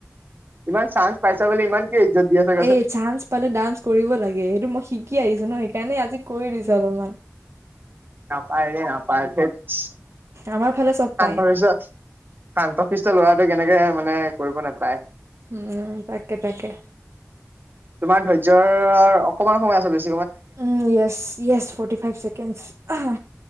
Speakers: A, on the right; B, on the right.
A: ইমান চান্স পাইছা বুলি ইমান কিয় ইজ্জত দি আছা কোৱাচোন?
B: এ চান্স পালে ডান্স কৰিব লাগে সেইটো মই শিকি আহিছো ন' সেইকাৰণে আজি কৰি দিছে অলপমান।
A: নাপায় ৰে নাপায়, ঠেট। শান্ত
B: আমাৰ ফালে চব পায়।
A: সিষ্ট, শান্ত সিষ্ট ল'ৰা টো কেনেকে মানে কৰিব নোপায়।
B: উম, তাকে-তাকে।
A: তোমাৰ ধৈৰ্য্যৰ অকমান সময় আছে বেছ
B: উম, yes yes forty five seconds অহ।